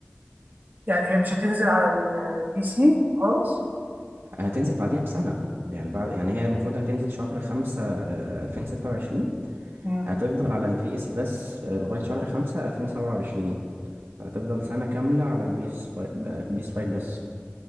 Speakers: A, on the right; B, on the right.
A: يعني هي مش هتنزل على البي سي خالص
B: هتنزل بعديها بسنة يعني بعد يعني هي المفروض هتنزل شهر خمسة آه، ألفين ستة وعشرين
A: مم.
B: هتفضل على البي اس بس آه، لغاية شهر خمسة ألفين سبعة وعشرين هتفضل سنة كاملة على البي اس بي اس فايف بس